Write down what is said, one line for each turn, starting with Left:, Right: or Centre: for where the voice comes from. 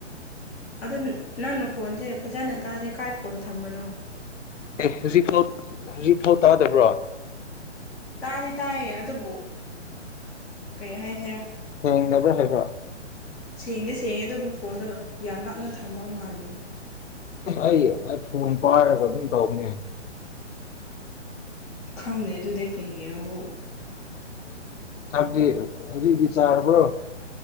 Centre: ꯑꯗꯨ ꯅꯪꯅ ꯈꯣꯟꯁꯦ ꯐꯖꯅ ꯇꯥꯗꯦ ꯀꯥꯏ ꯐꯣꯟ ꯊꯝꯕꯅꯣ
Left: ꯑꯦ ꯍꯧꯖꯤꯛꯐꯥꯎ ꯍꯧꯖꯤꯛꯐꯥꯎ ꯇꯥꯗꯕ꯭ꯔꯣ
Centre: ꯇꯥꯗꯤ ꯇꯥꯏꯌꯦ ꯑꯗꯨꯕꯨ ꯀꯩ ꯍꯥꯏꯁꯤꯔꯥ
Left: ꯊꯦꯡꯅꯕ꯭ꯔꯥ ꯍꯥꯏꯕ
Centre: ꯁꯦꯡꯗꯤ ꯁꯦꯡꯉꯦ ꯑꯗꯨꯕꯨ ꯐꯣꯟꯗꯣ ꯌꯥꯝ ꯂꯥꯞꯅ ꯊꯃ ꯃꯥꯥꯟꯜꯂꯤ
Left: ꯑꯩ ꯑꯩ ꯐꯣꯟ ꯄꯥꯏꯔꯒ ꯑꯗꯨꯝ ꯇꯧꯕꯅꯦ
Centre: ꯈꯪꯗꯦ ꯑꯗꯨꯗꯤ ꯀꯩꯒꯤꯅꯣꯕꯨ
Left: ꯆꯥꯛꯇꯤ ꯍꯧꯖꯤꯛ ꯆꯥꯔꯕꯣ